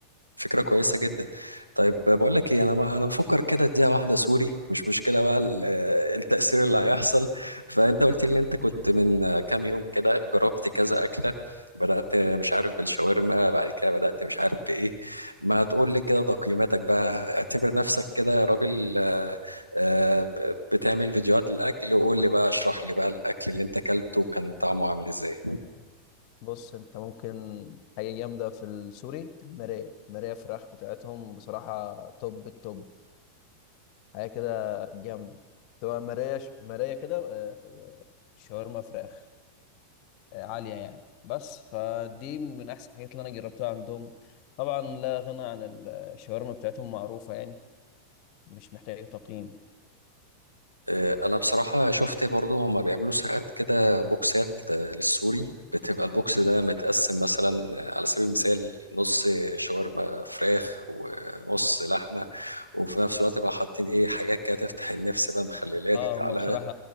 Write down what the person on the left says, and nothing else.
بص انت ممكن حاجة جامدة في السوري المراية المراية فراخ بتاعتهم بصراحة توب التوب حاجه كده جامده تبقى مرايه ش... مرايه كده آه، وشاورما فراخ آه، عاليه يعني بس فدي من احسن الحاجات اللي انا جربتها عندهم طبعا لا غنى عن الشاورما بتاعتهم معروفه يعني مش محتاجه تقييم
اه
هم بصراحه